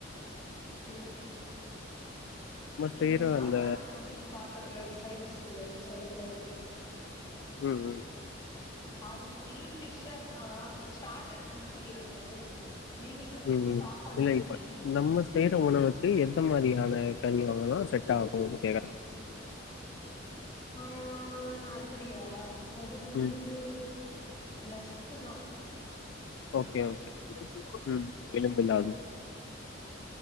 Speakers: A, on the left (about 20°); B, on the left (about 70°).
A: இல்ல அது
B: செய்ற
A: நம்ம சாப்பாட்டுக்கு
B: அந்த
A: தொட்டுக்க சாப்பிடுற சைட் டிஷ் இல்ல நான் சொல்ல போறது
B: உம் உம்
A: அது மெயின் டிஸ்தா தா ஸ்டார்டர்ஸ் மாதிரி அது நீங்க என்ன
B: ஹம்
A: என்ன சாப்பாடெல்லா
B: இல்ல இப்ப
A: கேக்குறீங்க
B: நம்ம செய்யுற உணவுக்கு எ எந்த மாரியான கரியெல்லா வாங்குனா செட் ஆகும்னு கேட்கற
A: ம் அப்படியா அது வந்து
B: ம்
A: லஸ்டு தா
B: ஓகே ஓகே ம் எலும்பில்லாதது